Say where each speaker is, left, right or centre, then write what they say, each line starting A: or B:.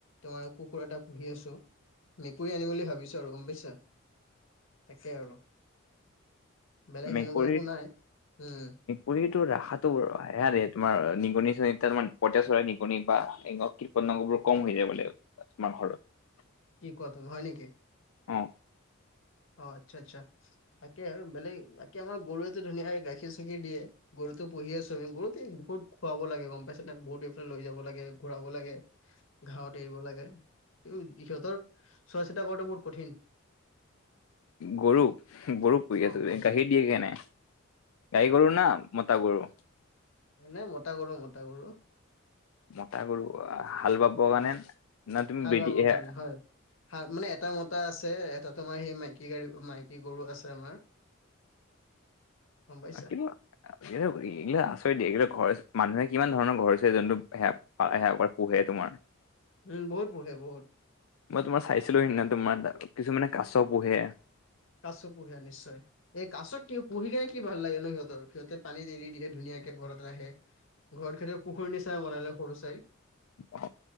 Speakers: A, on the left (about 65°); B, on the left (about 80°).
A: তোমাৰ কুকুৰ এটা পুহি আছো। মেকুৰী আনিম বুলি ভাবিছো আৰু গম পাইছা? তাকেই আৰু। বেলেগ
B: মেকুৰী
A: সেনেকুৱা একো নাই উম
B: কুৰীটো ৰাখাটো হে তোমাৰ নিগনি চিগনি তাৰ মানে পইতা চৰা নিগনি বা কম হৈ যায় বোলে তোমাৰ ঘৰত।
A: কি কোৱা তুমি হয় নেকি?
B: অ
A: অ, আচ্ছা আচ্ছা। তাকে আৰু বেলেগ তাকে আমাৰ গৰুৱেটো ধুনীয়াকে গাখীৰ চাখীৰ দিয়ে। গৰুতো পুহি আছো আমি গৰুতোক বহুত খুৱাব লাগে গম পাইছ নাই বহুত এইফালে লৈ যাব লাগে ঘূৰাব লাগে। ঘাঁৱত এৰিব লাগে সিহঁতৰ চোৱা চিতা কৰাটো বহুত কঠিন।
B: গৰুক গৰুক পুহি
A: অ
B: আছা
A: গৰু
B: গাখীৰ দিয়ে কে নাই। গাই গৰু না মতা গৰু?
A: নাই মতা গৰু মতা গৰু।
B: মতা গৰু হাল বাব কাৰণে
A: উম,
B: নহ তুমি
A: হাল
B: বেদি
A: বাবৰ
B: এ
A: কাৰণে হয় মানে এটা মত এটা আছে এটা তোমাৰ সেই মাইকী গৰু মাইকী গৰু আছে আমাৰ। গম পাইছা।
B: কিন্তু এই এইলাক আচৰিত দিয় এইগিলা ঘৰ মানুহে কিমান ধৰণৰ ঘৰ হৈছে, যোনটো সেয়া সেয়া পোহে তোমাৰ।
A: উম বহুত পোহে বহুত।
B: মই তোমাৰ চাইছিলো সেদিনা তোমাৰ কিছুমানে কাছ পোহে।
A: কাচ পোহে নিশ্চয়। এ, কাছত কি পুহি কেনে কি ভাল লাগে ন সিহঁতৰ সিহঁতে পানী এৰি দিয়ে ধুনীয়াকে ঘৰত ৰাখে। ঘৰত কেইয়াবা পুখুৰী চাই বনালে সৰু ছাই।
B: অ,